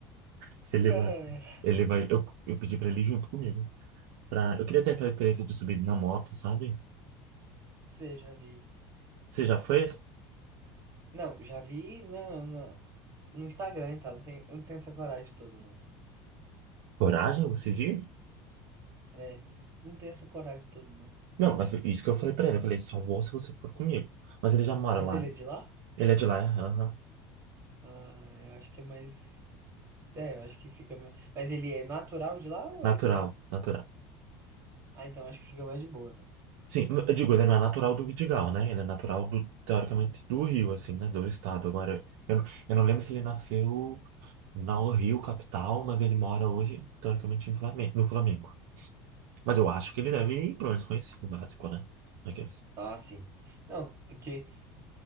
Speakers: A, on the right (about 75°); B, on the right (about 30°).
A: Se ele
B: <laughs>
A: vai. Ele vai. Eu, eu pedi pra ele ir junto comigo. Pra, eu queria ter aquela experiência de subir na moto, sabe?
B: Você já vi.
A: Você já fez
B: Não, já vi na, na- no Instagram e tal. Não tem, eu não tenho essa coragem toda, não.
A: coragem, você diz?
B: É, não tenho essa coragem toda, não.
A: Não, mas isso que eu falei pra ele, eu falei, só vou se você for comigo. Mas ele já mora
B: Mas
A: lá.
B: ele é de lá?
A: Ele é de lá, é, aham.
B: Ah, eu acho que é mais. É, eu acho que fica. ma- Mas ele é natural de lá ou
A: Natural,
B: ele é.
A: natural.
B: Ah, então acho que fica mais de boa, né?
A: Sim, eu digo, ele não é natural do Vidigal, né? Ele é natural do, teoricamente, do Rio, assim, né? Do estado. Agora, eu, não- eu não lembro se ele nasceu no Rio, capital, mas ele mora hoje, teoricamente, em Flamengo, no Flamengo. Mas eu acho que ele deve, pelo menos, conhecer o básico, né? Aqueles.
B: Ah, sim. Não, é que